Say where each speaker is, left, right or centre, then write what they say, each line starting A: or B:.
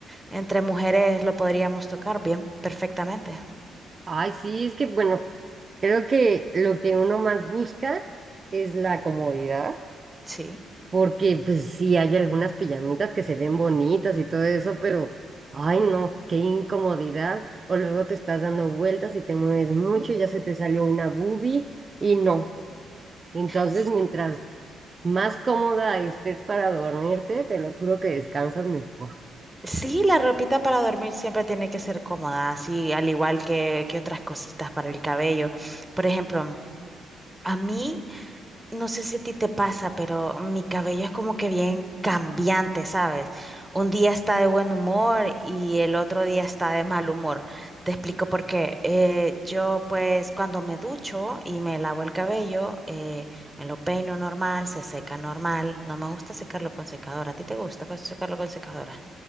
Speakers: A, in the centre; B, on the right.
A: entre mujeres lo podríamos tocar bien perfectamente.
B: Ay, sí, es que bueno, creo que lo que uno más busca es la comodidad,
A: Sí.
B: porque pues sí hay algunas pijamitas que se ven bonitas y todo eso, pero ay no, qué incomodidad. O luego te estás dando vueltas y te mueves mucho, ya se te salió una boobie y no. Entonces,
A: S-
B: mientras más cómoda estés para dormirte, te lo juro que descansas mejor.
A: Sí, la ropita para dormir siempre tiene que ser cómoda, así al igual que, que otras cositas para el cabello. Por ejemplo, A mí, no sé si a ti te pasa, pero mi cabello es como que bien cambiante, ¿sabes? Un día está de buen humor y el otro día está de mal humor. Te explico por qué. Eh, yo pues cuando me ducho y me lavo el cabello, eh, me lo peino normal, se seca normal. No me gusta secarlo con secadora. ¿A ti te gusta co- secarlo con secadora?